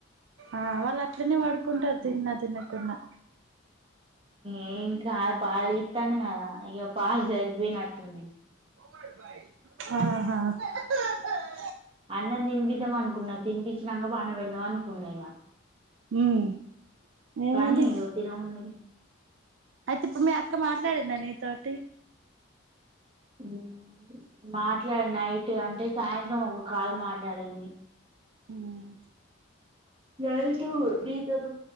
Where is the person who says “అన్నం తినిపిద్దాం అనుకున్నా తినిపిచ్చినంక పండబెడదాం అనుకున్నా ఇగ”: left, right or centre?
Right